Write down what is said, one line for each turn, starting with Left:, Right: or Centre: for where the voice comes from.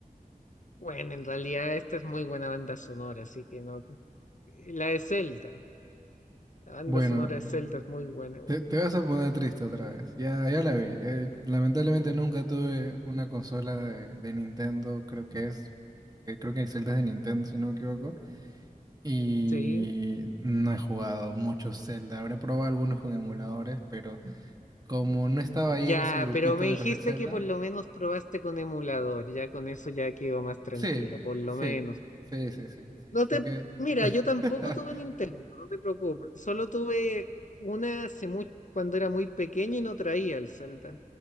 Left: bueno, en realidad esta es muy buena banda sonora, así que no. La de Zelda, la banda
Right: Bueno,
Left: sonora de Zelda es muy buena igual.
Right: te, te vas a poner triste otra vez, ya, ya la vi. Eh, lamentablemente nunca tuve una consola de, de Nintendo, creo que es, porque creo que hay celdas de Nintendo, si no me equivoco. Y
Left: Sí,
Right: no he jugado mucho Zelda. Habré probado algunos con emuladores, pero como no estaba ahí
Left: ya,
Right: en ese grupito
Left: pero me dijiste
Right: de los del Zelda,
Left: que por lo menos probaste con emulador, ya con eso ya quedo más tranquilo,
Right: sí,
Left: por lo
Right: sí,
Left: menos.
Right: sí, sí, sí, sí.
Left: No
Right: Así
Left: te,
Right: que.
Left: mira,
Right: <laughs>
Left: yo tampoco tuve Nintendo, no te preocupes. Solo tuve una hace mucho, cuando era muy pequeño y no traía el Zelda.